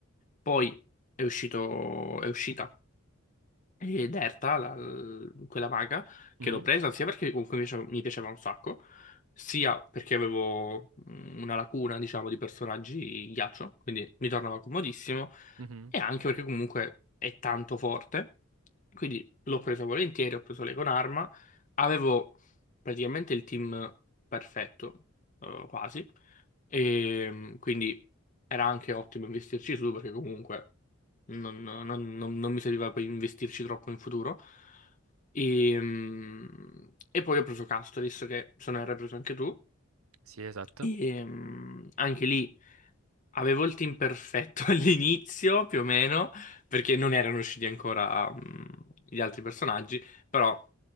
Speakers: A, on the left (about 35°); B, on the right (about 80°).
A: Poi è uscito, è uscita e Derta, la- l- quella maga, che
B: Mhm,
A: l'ho presa sia perché comunque mi piaceva, mi piaceva un sacco, sia perché avevo mm, una lacuna, diciamo, di personaggi ghiaccio, quindi mi tornava comodissimo,
B: mhm.
A: e anche perché comunque è tanto forte, quindi l'ho presa volentieri, ho preso lei con arma, avevo praticamente il team perfetto, eh, quasi, e mm, quindi era anche ottimo investirci su perché comunque non, non- non- non mi serviva per investirci troppo in futuro. E, mm, e poi ho preso Custodes, che se ne hai preso anche tu,
B: Sì, esatto.
A: e mm, anche lì avevo il team perfetto <laughs> all'inizio, più o meno, perché non erano usciti ancora mm, gli altri personaggi, però